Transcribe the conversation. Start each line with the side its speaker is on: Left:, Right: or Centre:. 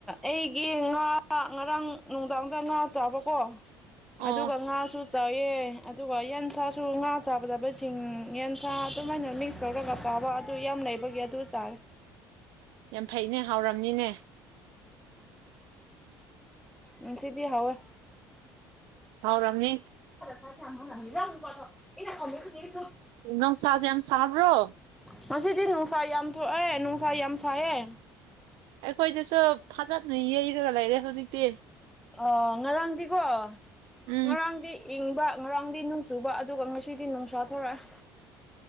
Centre: ꯑꯩꯒꯤ ꯉꯥ ꯉꯔꯥꯡ ꯅꯨꯡꯗꯥꯡꯗꯥꯏ ꯉꯥ ꯆꯥꯕꯀꯣ ꯑꯗꯨ
Right: ꯑꯣ
Centre: ꯑꯗꯨ ꯀꯉꯁꯨ ꯆꯥꯎꯑꯦ ꯑꯗꯨꯒ ꯌꯦꯟꯁꯥꯁꯨ ꯉꯥ ꯆꯥꯒꯗꯕꯁꯤꯡ ꯌꯦꯟꯁꯥ ꯑꯗꯨꯃꯥꯏꯅ ꯃꯤꯛꯁ ꯇꯧꯔꯒ ꯐꯥꯕ ꯑꯗꯨ ꯌꯥꯝ ꯂꯩꯕꯒꯤ ꯑꯗꯨ ꯆꯥꯔ
Right: <inaudible> ꯐꯩꯅꯦ ꯍꯥꯎꯔꯝꯅꯤꯅꯦ
Centre: ꯎꯝ ꯎ ꯁꯤꯗꯤꯤ ꯍꯋꯦ
Right: ꯍꯥꯎ ꯔꯝꯅꯤ
Centre: ꯁꯥꯏ ꯃꯅ ꯍꯤꯂꯥꯧꯅ ꯄꯔ ꯑꯩꯅ ꯈꯁꯨ
Right: ꯅꯨꯡꯁꯥꯁꯦ ꯌꯥꯝ ꯁꯥꯕ꯭ꯔꯣ
Centre: ꯉꯁꯤꯗꯤ ꯅꯨꯡꯁꯥ ꯌꯥꯝ ꯊꯣꯛꯑꯦ ꯅꯨꯡꯁꯥ ꯌꯥꯝ ꯁꯥꯏꯌꯦꯦ
Right: ꯑꯩꯈꯣꯏꯗꯁꯨ ꯐꯖꯅ ꯌꯩꯔꯒ ꯂꯩꯔꯦ ꯍꯧꯖꯤꯛꯇꯤ
Centre: ꯑꯣ ꯉꯔꯥꯡꯗꯤꯀꯣ
Right: ꯎꯝ
Centre: ꯉꯔꯥꯡꯗꯤ ꯏꯪꯕ ꯉꯔꯥꯡꯗꯤ ꯅꯣꯡ ꯆꯨꯕ ꯑꯗꯨꯒ ꯉꯁꯤꯗꯤ ꯅꯨꯡꯁꯥ ꯊꯣꯔꯛꯑꯦ